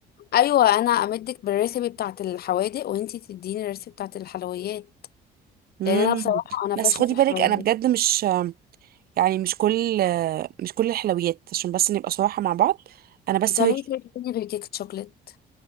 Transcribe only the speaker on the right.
مم.
بس
خدي
بالك أنا بجد مش يعني مش كل مش كل الحلويات عشان بس نبقى صراحة مع بعض أنا بس
هو